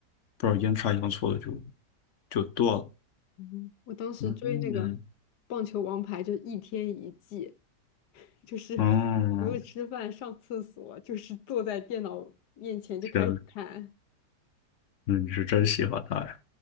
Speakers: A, on the left; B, on the left.
A: 不知道阴差阳错的就就断了。
B: 嗯我当时追那个棒球王牌就是一天一季，
A: 嗯，
B: 就是
A: 哦，
B: 除了吃饭上厕所，就是坐在电脑面前就开始看。
A: 天呐，那你是真喜欢他呀？